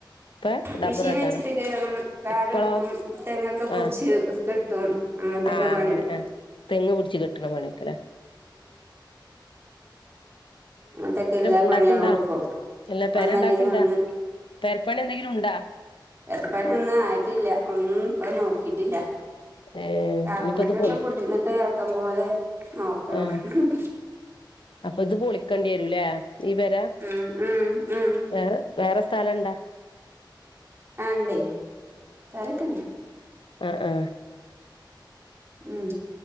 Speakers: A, on the left; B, on the right.
A: ഇപ്പ ഡബ്ബർ
B: മഷീൻ
A: വെട്ടാനാ
B: വെച്ചിട്ട് കേയറും കാട്
A: ഇപ്പളോ
B: വെട്ടും തെങ്ങൊക്കെ പുടിച്ച്
A: ആ
B: കെട്ടും ട്ടും അങ്ങനത്തൊക്കെ
A: ആ
B: പണിെടുക്കും
A: അങ്ങനെ ആ തെങ്ങ് പിടിച്ച് കെട്ടണ പണിക്കെലേ
B: അങ്ങനത്തക്കെ എല്ലാ
A: ഇണ്ടാക്ക്ണ്ടാ
B: പണ്യാലും ഇടുക്കും
A: എല്ലാ പെര
B: ഒന്നല്ലെങ്കിൽ
A: ഇണ്ടാക്ക്ണ്ടാ
B: ഒന്ന്
A: പെരപ്പണി എന്തെങ്കിലും ഉണ്ടാ
B: പെരപ്പണി ഒന്നും ആയിട്ടില്ല ഒന്നും പ്പൊ നോക്കിട്ടില്ല
A: ഏ
B: കാക്കൂന്റൊക്കെ
A: ഇനിയിപ്പ ഇത് പൊളി
B: കുടിരുന്നിട്ട് ആക്കമ്പോലെ നോക്കണംഹും
A: ആ
B: ഹും
A: അപ്പൊ ഇത് പൊളി ക്കണ്ടി രൂല്ലേ ഈ പെര
B: ഉം ഉം ഉം
A: വേറെ വേറെ സ്ഥലം ഇണ്ടാ
B: ആണ്ടേ സ്ഥലക്കണ്ട്
A: അ ആ
B: ഉം